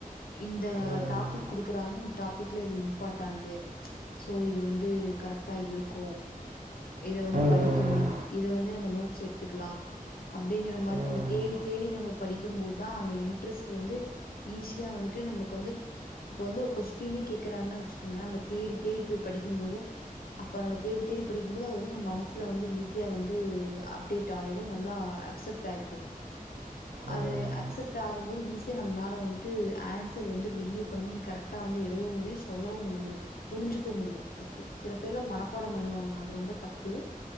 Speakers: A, on the left; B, on the right.
A: இந்த
B: ம்.
A: டாபிக் குடுக்குறாங்கன்னா இ டாபிக்ல இது இம்பார்ட்டானது சோ இது வந்து கரெக்டா இருக்கு இத வந்து
B: ம்,
A: படிக்கணு இத வந்து நம்ம நோட்ஸ் எடுத்துக்கலா அப்டிங்கற மாரி
B: ம்,
A: நம்ம தேடி தேடி நம்ம படிக்கும் போதா அந்த இன்ட்ரஸ்ட் வந்து ஈஸி யா வந்துட்டு நம்மளுக்கு வந்து இப்ப வந்து ஒரு கொஸ்டினே கேக்குறாங்கன்னா வச்சுக்கங்க நம்ம தேடி தேடி போய் படிக்கும் போது அப்ப நம்ம தேடி தேடி படிக்கும் போது அது வந்து நம்ம மனசுல வந்து ஈஸியா வந்து அப்டேட் ஆயிரு நல்லா அக்சப்ட் ஆய்க்கும்
B: ம்.
A: அது அக்சப்ட் ஆகும்போது ஈஸியா நம்மனால வந்து ட்டு ஆன்சர் வந்து ரிவ்வியூ பண்ணி கரக்டா வந்து எழுதவு முடியு சொல்லவு முடியு புரிஞ்சுக்க முடியு ஃபர்ஸ்ட்டு சில பேர்லா மனப்பாடோ பண்ணுவாங்க அது ரொம்ப தப்பு